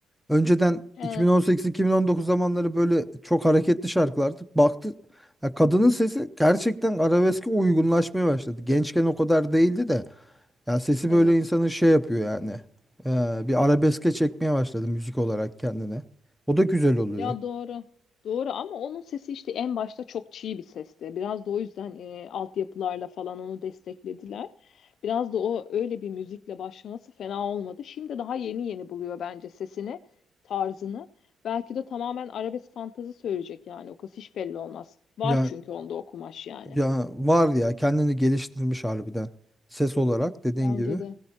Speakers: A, in the centre; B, on the left (about 70°).
A: Önceden
B: He,
A: 2018-2019 zamanları böyle çok hareketli şarkılardı. Baktı ya kadının sesi gerçekten arabeske uygunlaşmaya başladı. Gençken o kadar değildi de ya sesi
B: evet.
A: böyle insanı şey yapıyor yani. Ee, bir arabeske çekmeye başladı müzik olarak kendine. O da güzel oluyor.
B: Ya doğru. Doğru ama onun sesi işte en başta çok çiğ bir sesti. Biraz da o yüzden e, altyapılarla falan onu desteklediler. Biraz da o öyle bir müzikle başlaması fena olmadı. Şimdi daha yeni yeni buluyor bence sesini, tarzını. Belki de tamamen arabesk fantezi söyleyecek yani. O kız hiç belli olmaz. Var
A: Ya
B: çünkü onda o kumaş yani.
A: ya var ya kendini geliştirmiş harbiden. Ses olarak dediğin
B: Bence
A: gibi.
B: de.